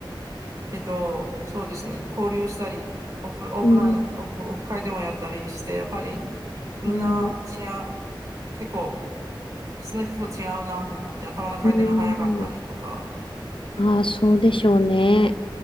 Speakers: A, on the right (about 45°); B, on the left (about 80°).
A: えっと、そうですね。交流したり、オフ、オフライン、
B: うん、
A: オフ、オフ会でもやったりして、やっぱりみんな違う、
B: うん、
A: 結構普通の人と違うなと思って、頭の回転が早かったりとか、
B: うん。ああ、そうでしょうね。